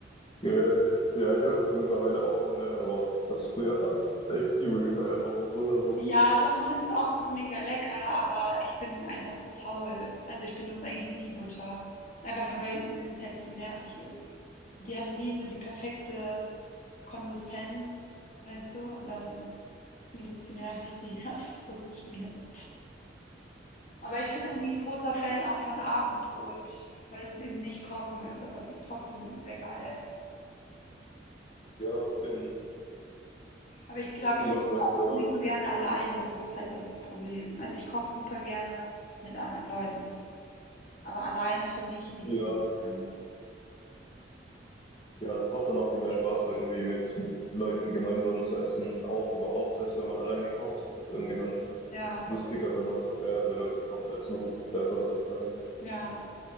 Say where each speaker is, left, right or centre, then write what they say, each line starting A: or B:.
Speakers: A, on the left (about 30°); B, on the left (about 45°).
A: Ja, ich, ja, ich esse es mittlerweile auch ohne, aber ich habe es früher, <laughs> habe ich das echt übel gefeiert, auch mit Butter so.
B: Ja, doch, ich finde es auch mega lecker, aber ich bin einfach zu faul. Also ich benutze eigentlich nie Butter. Einfach nur, weil mir das halt zu nervig ist. Die hat nie so die perfekte Konsistenz, weißt du? Und dann ist mir das zu nervig, die <laughs> aufs Brot zu schmieren. Aber ich bin eigentlich großer Fan auch von Abendbrot, weil das eben nicht kochen ist, aber es ist trotzdem sehr geil.
A: Ja, eben.
B: Aber ich glaube,
A: Dann
B: ich esse
A: was, was,
B: auch
A: äh,
B: nicht so gerne alleine. Das ist halt das Problem. Also ich koche super gerne mit anderen Leuten. aber alleine für mich nicht
A: ja,
B: suchen kann.
A: ja, das macht dann auch viel mehr Spaß, irgendwie mit, mit Leuten gemeinsam zu essen, auch überhaupt, selbst wenn man alleine kocht, ist es irgendwie dann
B: Ja,
A: lustiger, wenn man für mehrere Leute kocht, als nur für sich selber sozusagen.
B: ja.